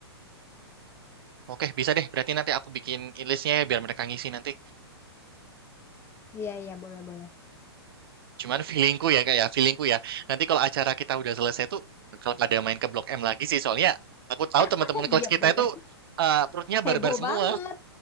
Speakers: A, on the right; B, on the left.
A: Oke, bisa deh. Berarti nanti aku bikin listnya ya biar mereka ngisi nanti.
B: Iya iya boleh boleh.
A: Cuman feelingku ya kayak feelingku ya. Nanti kalau acara kita udah selesai tuh kalau pada main ke Blok M lagi sih soalnya aku tahu
B: <laughs>
A: teman-teman kelas
B: Iya
A: kita
B: bener.
A: itu eh, perutnya barbar
B: Heboh
A: semua.
B: banget.